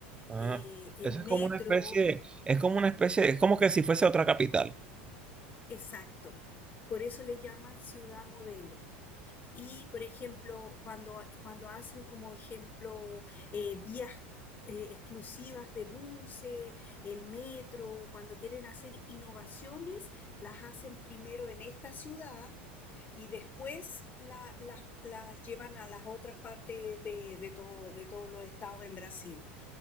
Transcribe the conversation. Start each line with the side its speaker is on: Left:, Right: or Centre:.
Right: Ah,
Left: Eh, el
Right: eso
Left: metro,
Right: es como una especie, es como una especie, es como que si fuese otra capital.
Left: exacto. Por eso le llaman ciudad modelo, Y, por ejemplo, cuando, cuando hacen como ejemplo eh, vías eh, exclusivas de buses, el metro, cuando quieren hacer innovaciones, las hacen primero en esta ciudad y después la- las, las llevan a las otras partes de, de todo- de todos los estados en Brasil.